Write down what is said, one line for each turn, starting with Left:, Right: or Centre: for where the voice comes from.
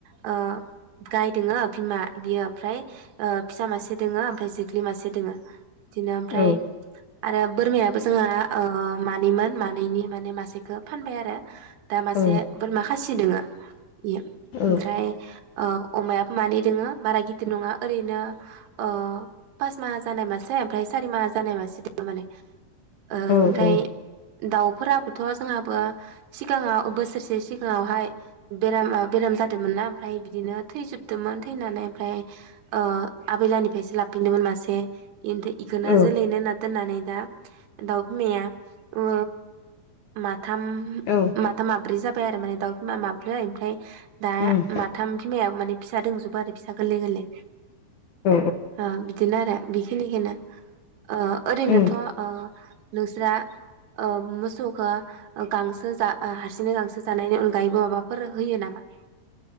Right: ओ गाय दङ बिमा बियो ओमफ्राय ओ फिसा मासे दङो आमफ्राय जो ख्लि मासे दोङो। दिनो आमफ्राय
Left: औ
Right: आरो बोरमायाबो जोंहा ओ मानैमोन मानैनि माने मासेखौ फानबाय आरो। दा मासे
Left: औ
Right: बोरमा खासि दोङो। इयो
Left: औ औ
Right: ओमफ्राय ओ अमायाबो मानै दोङो बारा गिदिर नोङा ओरैनो ओ पास माहा जानाय मासे ओमफाय सारि माहा जानाय मासि दं माने। ओ
Left: औ
Right: ओमफ्राय
Left: औ
Right: दाउफोराबोथ जोंहाबो सि गाङाव बोसोरसे सिगाङावहाय बेरामा बेराम जादोंमोन ना फ्राय बिदिनो थैजोबदोंमोन थैनानै ओमफ्राय ओ आबैलाहानिफ्रायसो लाफिनदोंमोन मासे। इनथो इखौनो
Left: औ
Right: जोलैनो होनना दोननानै दा दाव बिमाया ओ मा थाम
Left: औ
Right: मा ब्रै जाबाय आरो माने दाव बिमा माब्रै ओमफ्राय दा
Left: उम
Right: माथाम बिमायाबो मानि फिसा दोंजोबो आरो फिसा गोरलै गोरलै
Left: औ
Right: ओ बिदिनो आरो बेखिनिखोनो ओ ओरैनोथ
Left: उम
Right: ओ नोंस्रा ओ मोसौखो गांसो जा ओ हारसिंयै गांसो जानायनि अनगायैबो माबाफोर होयो नामा?